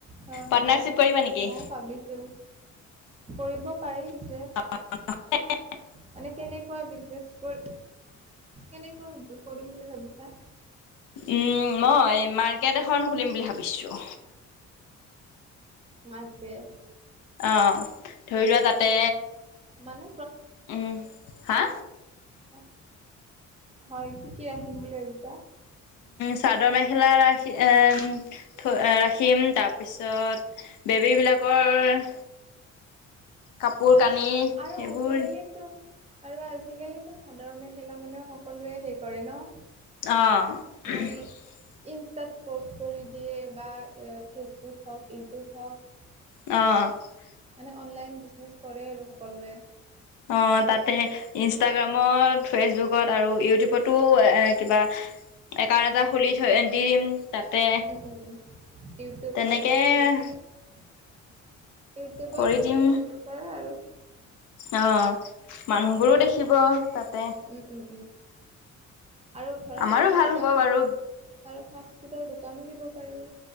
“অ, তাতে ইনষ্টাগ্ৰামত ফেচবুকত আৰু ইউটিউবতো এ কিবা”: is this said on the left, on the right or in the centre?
Left